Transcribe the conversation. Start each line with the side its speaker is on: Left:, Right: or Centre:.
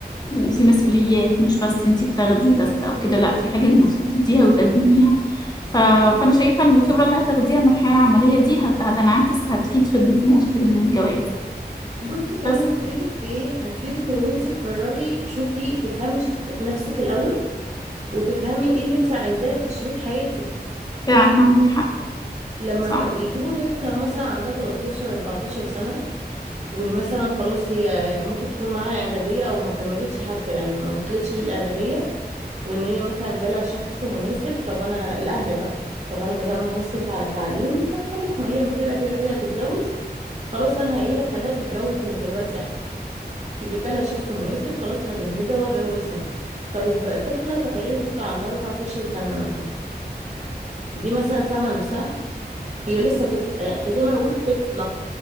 Left: وفي مسؤوليات مش بس انتي بتاخديه بس او كده لا في حاجة انت المفروض تديها وتقدميها ف...
Right: بالظبط
Left: فانا شايفة ان الخبرة اللي هتاخديها من الحياة العملية دي هت... هتنعكس هتفيد في... في نقطة الجواز
Right: بصي كمان
Left: بس
Right: هتفيدك في ايه هتفيدك ان انت تقرري تشوفي تفهمي ش- نفسك الاول وتفهمي ايه اللي انت عايزاه في شريك حياتك
Left: فعلا عندك حق
Right: لما
Left: صح
Right: ما- يجيبوا طفلة مثلا عندها 13 14 سنة ومثلا خلاص هي ممكن تكون معاها اعدادية او ما كملتش حتى يعني ما وصلتش للاعدادية وان هي مثلا جالها شخص مناسب طب انا الاهل بقى طب انا بدل ما هصرف على تعليم طب خلاص ما هي مسيبة كده كده هتتجوز خلاص انا ايه خليها تتجوز من دلوقتي احسن جالها شخص مناسب خلاص هجهزها واجوزها طيب طفله تخيلي طفله عندها 14 سنه مثلا دي مثلا فاهمه نفسها هي لسه طفله يعني زي ما انا اقول طفله